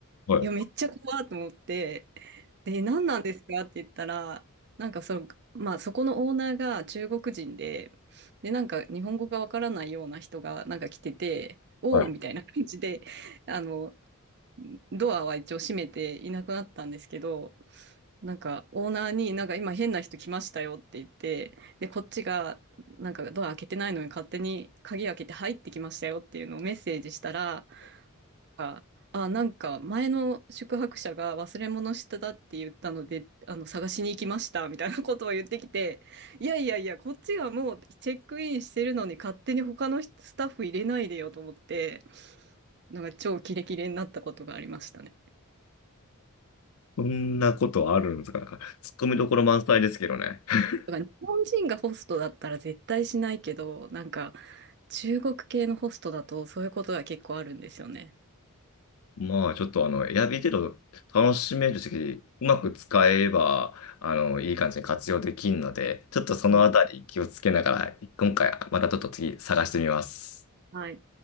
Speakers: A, on the left; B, on the right.
A: はい。
B: いや、めっちゃ怖いと思って、で、何なんですかって言ったら、なんかその、まあ、そこのオーナーが中国人で、で、なんか日本語がわからないような人がなんか来てて、おおみたいな感じで、
A: はい
B: あの、ドアは一応閉めていなくなったんですけど、なんかオーナーになんか今変な人来ましたよって言って、で、こっちがなんかドア開けてないのに勝手に鍵開けて入ってきましたよっていうのをメッセージしたら、あ、あなんか前の宿泊者が忘れ物してたって言ったので、あの、探しに行きましたみたいなことを言ってきて、いやいやいや、こっちがもうチェックインしてるのに勝手に他のスタッフ入れないでよと思って、なんか超キレキレになったことがありましたね。
A: そんなことあるんですか。なんか、ツッコミどころ満載ですけどね。<laughs>
B: だから日本人がホストだったら絶対しないけど、なんか中国系のホストだとそういうことが結構あるんですよね。
A: まあ、ちょっとあの、選び程度楽しめるし、うまく使えば、あの、いい感じに活用できるので、ちょっとそのあたり気をつけながら、
B: うん
A: 今回、またちょっと次探してみます。
B: はい。